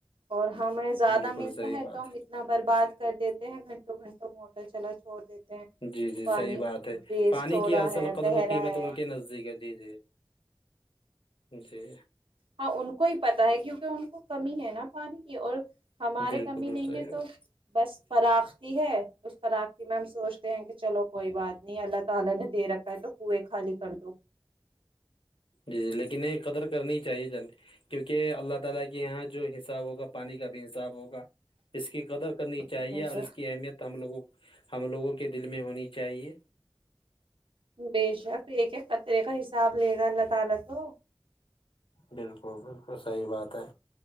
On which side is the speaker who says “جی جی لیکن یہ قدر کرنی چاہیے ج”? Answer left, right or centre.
Left